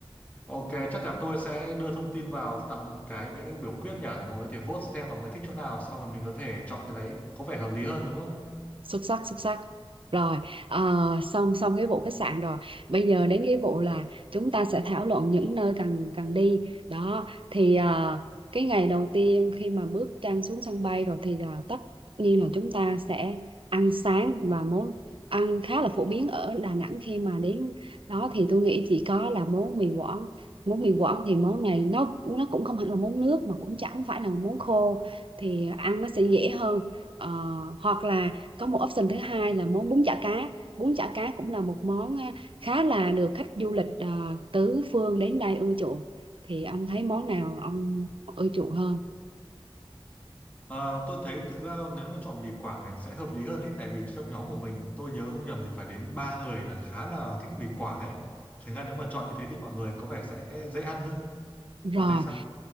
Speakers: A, on the left; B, on the right.
A: Ok, chắc là tôi sẽ đưa thông tin vào tạo một cái biểu quyết nhở để mọi người có thể vote xem là mọi người thích chỗ nào xong rồi mình có thể chọn cái đấy. Có vẻ hợp lý hơn đúng không?
B: xuất sắc xuất sắc rồi ờ, xong xong cái vụ khách sạn rồi bây giờ đến cái vụ là chúng ta sẽ thảo luận những nơi cần cần đi đó thì ờ, cái ngày đầu tiên khi mà bước chân xuống sân bay rồi thì là tất nhiên là chúng ta sẽ ăn sáng và món ăn khá là phổ biến ở Đà Nẵng khi mà đến đó thì tôi nghĩ chỉ có là món mì Quảng món mì Quảng thì món này nó nó cũng không hẳn là món nước mà cũng chẳng phải là món khô thì ăn nó sẽ dễ hơn Ờ, hoặc là có một option thứ hai là món bún chả cá bún chả cá cũng là một món à, khá là được khách du lịch à, tứ phương đến đây ưa chuộng thì ông thấy món nào ông ưa chuộng hơn
A: Ờ, tôi thấy thực ra nếu mà chọn mì Quảng thì sẽ hợp lý hơn ấy tại vì trong nhóm của mình thì tôi nhớ không nhầm thì phải đến ba người là khá là thích mì Quảng ấy thành ra nếu mà chọn như thế thì mọi người có vẻ sẽ dễ ăn hơn
B: rồi
A: bạn thấy sao